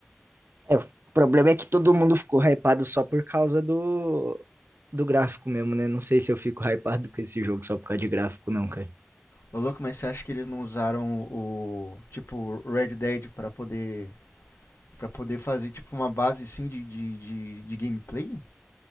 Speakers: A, on the right; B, on the left.
A: É, o problema é que todo mundo ficou hypado só por causa do, do gráfico mesmo, né? Não sei se eu fico hypado com esse jogo só por causa de gráfico, não, cara.
B: Ô, louco, mas você acha que eles não usaram o, tipo, Red Dead pra poder, para poder fazer, tipo, uma base assim de, de, de, de gameplay?